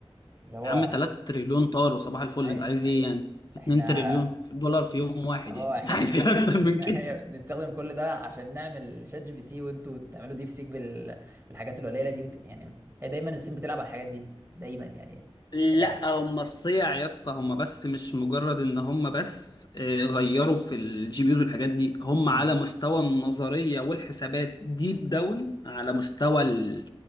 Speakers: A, on the right; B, on the left.
A: اللي هو
B: عم 3 تريليون طار وصباح الفل
A: ايوه
B: انت عايز ايه
A: ايوه
B: يعني
A: احنا
B: 2 تريليون دولار في يوم واحد
A: اه
B: يعني انت
A: احنا
B: عايز
A: بنستخدم
B: ايه اكتر
A: <laughs>
B: من كده
A: أيوة، بنستخدم كل ده عشان نعمل شات جي بي تي وانتوا تعملوا ديب سيك بال... بالحاجات القليله دي بت... يعني هي دايما الصين بتلعب على الحاجات دي دايما يعني
B: لا
A: آه،
B: هم الصيع يا اسطى هم بس مش مجرد ان هم بس آه، غيروا في الجي بيوز والحاجات دي هم
A: أمم.
B: على مستوى النظريه والحسابات ديب داون على مستوى ال...